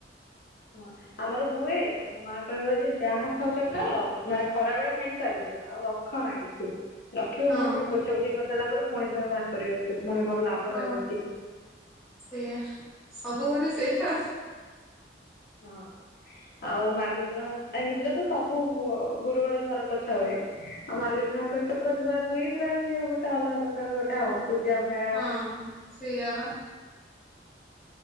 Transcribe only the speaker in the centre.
ହଁ
ହଁ
ସେଇଆ ସବୁ ଘରେ ସେଇଆ।
ହଁ ସେୟା ବା।